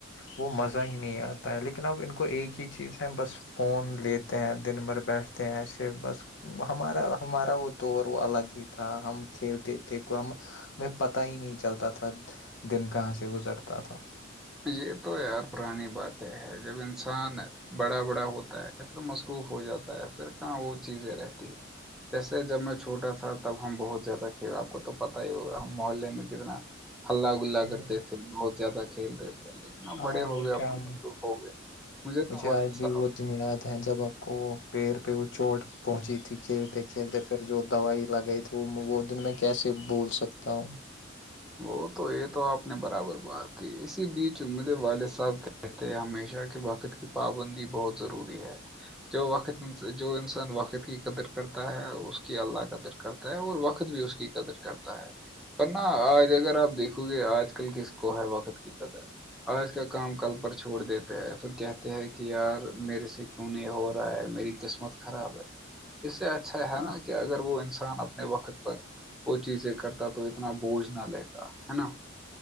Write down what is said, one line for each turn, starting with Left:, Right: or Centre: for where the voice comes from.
Left: وہ مزہ ہی نہیں آتا ہے لیکن اب ان کو ایک ہی چیز ہے بس فون لیتے ہیں دن بھر بیٹھتے ہیں ایسے بس ہمارا ہمارا وہ دور وہ الگ ہے تھا ہم کھیلتے تھے میں پتا ہی نہیں چلتا تھا دن کہاں سے گزرتا تھاس
Centre: یہ تو یار پرانی باتیں ہے جب انسان بڑا بڑا ہوتا ہے یا پھر مصروف ہو جاتا ہے پھر کہاں وہ چیزیں رہتی ہے جیسے جب میں چھوٹا تھا تب ہم بہت زیادہ کھیل آپ کو تو پتتا ہی ہوگا ہم محلے میں کتنا ہلہ گلا
Left: ہوں،
Centre: کرتے تھے بہت زیادہ کھیلتے تھے لیکن اب
Left: ہاں
Centre: بڑے ہو
Left: اور
Centre: گئے اب
Left: کیا
Centre: تو مصروف
Left: میں
Centre: ہو گئے مجھے تو
Left: یہ آج بھی وہ دنیاد ہے جب آپ کو پیڑ پہ وہ چوٹ پہنچی تھی کھیلتے پھر جو دوائی لگائی تھی وہ وہ دن میں کیسے بھول سکتا ہوں
Centre: وہ تو یہ تو آپ نے برابر بات کی اسی بیچ امید والد صاحب کے کہتے ہمیشہ کے وقت کی پابندی بہت ضروری ہے جو وقت جو انسان وقت کی قدر کرتا ہے اس کی اللہ قدر کرتا ہے اور وقت بھی اس کی قدر کرتا ہے ورنہ اگر آپ دیکھو گے آج کل کس کو ہے وقت کی قدر آج کا کام کل پر چھوڑ دیتا ہے پھر کہتے ہیں کہ یار میرے سے کیوںنے ہو رہا ہے میری قسمت خراب ہے اس سے اچھا ہے
Left: ہاں
Centre: نا کہ اگر وہ انسان اپنے وقت پر وہ چیزیں کرتا تو اتنا بوجھ نہ لیتا ہے نا